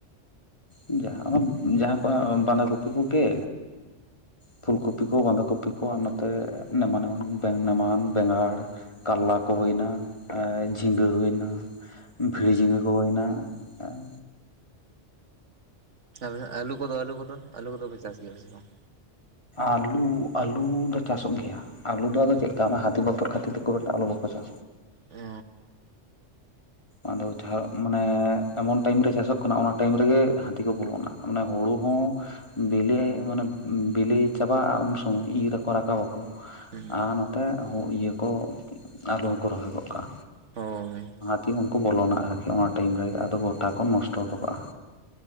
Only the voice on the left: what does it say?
ᱡᱟ ᱡᱟᱦᱟ ᱠᱚ ᱵᱟᱸᱫᱷᱟ ᱠᱚᱯᱤ ᱠᱚᱜᱮ ᱯᱷᱩᱞ ᱠᱚᱯᱤ ᱠᱚ ᱵᱟᱸᱫᱷᱟ ᱠᱚᱯᱤ ᱠᱚ ᱟᱨ ᱱᱚᱛᱮ ᱮᱢᱟᱱ ᱮᱢᱟᱱ ᱵᱮᱝᱜᱟᱲ, ᱠᱟᱞᱞᱟ ᱠᱚ ᱦᱩᱭᱱᱟ ᱡᱷᱤᱸᱜᱟᱹ ᱦᱩᱭᱱᱟ, ᱵᱷᱤᱲᱤ ᱡᱷᱤᱸᱜᱟᱹ ᱠᱚ ᱦᱩᱭᱱᱟ ᱦᱮᱸ,
ᱟᱹᱞᱩ ᱟᱹᱞᱩ ᱫᱚ ᱪᱟᱥᱚᱜ ᱜᱮᱭᱟ᱾ ᱟᱹᱞᱩ ᱟᱫᱚ ᱪᱮᱫ ᱚᱱᱟ ᱦᱟᱹᱛᱤ ᱵᱚᱛᱚᱨ ᱠᱷᱟᱹᱤᱨ ᱛᱮᱠ ᱵᱮᱴᱟ ᱟᱹᱞᱩ ᱵᱟᱠᱚ ᱪᱟᱥᱟ
ᱟᱫᱚ ᱡᱟᱦᱟᱸ ᱢᱟᱱᱮ ᱮᱢᱚᱱ ᱴᱟᱭᱤᱢ ᱨᱮ ᱪᱟᱥᱚᱜ ᱠᱟᱱᱟ ᱚᱱᱟ ᱴᱟᱭᱤᱢ ᱨᱮᱜᱮ ᱦᱟᱹᱛᱤ ᱠᱚ ᱵᱚᱞᱚᱱᱟ᱾ ᱢᱟᱱᱮ ᱦᱳᱲᱳ ᱦᱚᱸ ᱵᱮᱞᱮ ᱢᱟᱱᱮ ᱵᱮᱞᱮ ᱪᱟᱵᱟᱜ-ᱟ ᱩᱱ ᱥᱚᱢᱚᱭ ᱤᱨ ᱟᱠᱚ ᱨᱟᱠᱟ ᱵᱟᱼᱠᱚ
ᱟᱨ ᱱᱚᱛᱮ ᱤᱭᱟᱹ ᱠᱚ ᱟᱹᱞᱩ ᱦᱚᱸᱠᱚ ᱨᱚᱦᱚᱭ ᱜᱚᱫ ᱠᱟᱜ-ᱟ᱾
ᱛᱤ ᱩᱱᱠᱩ ᱵᱚᱞᱚᱱᱟ ᱟᱨᱠᱤ ᱚᱱᱟ ᱴᱟᱭᱤᱢ ᱨᱮᱜᱮ ᱟᱫᱚ ᱜᱚᱴᱟ ᱠᱚ ᱱᱚᱥᱴᱚ ᱦᱚᱴᱚᱠᱟᱜ-ᱟ᱾